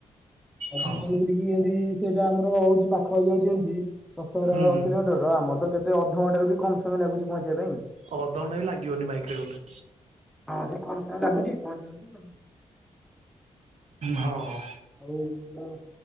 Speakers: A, in the centre; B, on the right (about 65°).
A: ଆଉ
B: ହଁ।
A: ମୁଁ କହିଥିଲି କି ଏନ୍ତି ସେଟା ଆମର ହଉଚି ପାଖ ହେଇଯାଉଚି ଏମିତି ଦଶ ବାର
B: ହୁଁ ହୁଁ
A: କିଲୋମି ତେର ଆମର ତ କେତେ ଅଧଘଣ୍ଟାରୁ ବି କମ ସମୟ ଲାଗୁଚି ପହଞ୍ଚିବା ପାଇଁ।
B: ଅଧଘଣ୍ଟା ବି ଲାଗିଅନି ବାଇକ୍ ରେ ଗଲେ।
A: ହଁ ସେ କମ ସମୟ ଲାଗୁଚି ପହଞ୍ଚଉଛି।
B: ହଁ।
A: ଆଉ ମୁଁ କଣ